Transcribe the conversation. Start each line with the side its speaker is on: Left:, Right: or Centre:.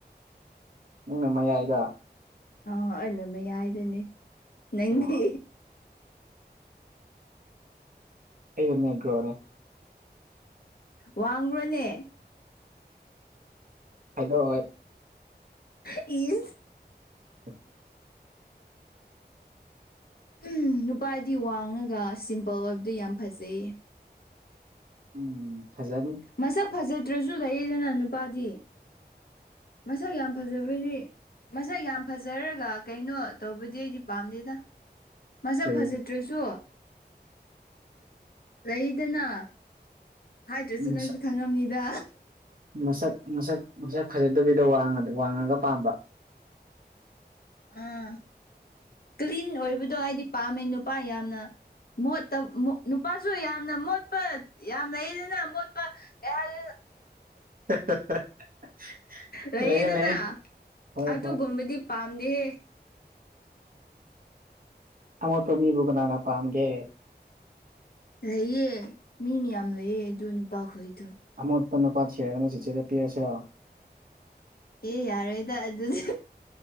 Right: ꯅꯪꯅ ꯃꯌꯥꯏꯗ
Left: ꯑ ꯑꯗꯨꯝꯕ ꯌꯥꯏꯗꯨꯅꯤ ꯅꯪꯗꯤ
Right: ꯑꯣ ꯑꯩ ꯑꯗꯨ ꯑꯣꯏꯅꯦꯌꯥꯒ꯭ꯔꯣꯅꯦ
Left: ꯋꯥꯡ꯭ꯔꯣꯅꯦ
Right: ꯍꯥꯏꯗꯣꯣꯏ
Left: ꯏꯠ
Right: ꯎ
Left: ꯎꯝ ꯅꯨꯄꯥꯗꯤ ꯋꯥꯡꯉꯒ ꯁꯤꯝꯄꯜ ꯑꯣꯏꯕꯗꯤ ꯌꯥꯝ ꯐꯖꯩ
Right: ꯎꯝ ꯐꯖꯥꯕꯤ
Left: ꯃꯁꯛ ꯐꯖꯗ꯭ꯔꯁꯨ ꯂꯩꯌꯦꯗꯅ ꯅꯨꯄꯥꯗꯤ ꯃꯁꯛ ꯌꯥꯝ ꯐꯖꯕꯗꯤ ꯃꯁꯛ ꯌꯥꯝ ꯐꯖꯔꯒ ꯀꯩꯅꯣ ꯇꯧꯕꯗꯤ ꯑꯩꯗꯤ ꯄꯥꯝꯗꯦꯗ ꯃꯁꯛ
Right: ꯀꯔꯤ
Left: ꯐꯖ ꯇ꯭ꯔꯤꯁꯨꯣ ꯂꯩꯗꯅ ꯍꯥꯏꯗ꯭ꯔꯁꯨ
Right: ꯃꯁꯛ
Left: ꯅꯪꯁꯨ ꯈꯪꯉꯝꯅꯤꯗ
Right: ꯃꯁꯛ ꯃꯁꯛ ꯃꯁꯛ ꯐꯖꯗꯕꯤꯗꯣ ꯋꯥꯡꯉ ꯋꯥꯡꯉꯒ ꯄꯥꯝꯕ
Left: ꯑꯥ ꯀ꯭ꯂꯤꯟ ꯑꯣꯏꯕꯗꯣ ꯑꯩꯗꯤ ꯄꯥꯝꯃꯦ ꯅꯨꯄꯥ ꯌꯥꯝꯅ ꯣ ꯅꯨꯄꯥꯁꯨ ꯌꯥꯝꯅ ꯃꯣꯠꯄ ꯌꯥꯝ ꯂꯩꯗꯅ ꯃꯣꯠꯄ ꯀꯩꯍꯜ
Right: <unintelligible>
Left: ꯂꯩꯌꯦꯗꯅ
Right: ꯂꯩꯌꯦ ꯂꯩꯌꯦ ꯍꯣꯏ
Left: ꯑꯗꯨꯒꯨꯝꯕꯗꯤ
Right: ꯍꯣꯏ
Left: ꯄꯥꯝꯗꯦꯍꯦ
Right: ꯑꯃꯣꯠꯄ ꯃꯤꯕꯨ ꯀꯅꯥꯅ ꯄꯥꯝꯒꯦ
Left: ꯂꯩꯌꯦ ꯃꯤ ꯃꯌꯥꯝ ꯂꯩꯑ ꯑꯗꯨ ꯅꯨꯄꯥꯈꯣꯏꯗꯣ
Right: ꯑꯃ ꯎꯠꯄꯟ ꯅꯨꯄꯥꯠ ꯁꯦꯔꯒꯅ ꯆꯤꯆꯦꯗ ꯄꯤꯔꯁꯤꯣ
Left: ꯑꯦ ꯌꯥꯔꯣꯏꯗ ꯑꯗꯨꯗꯤ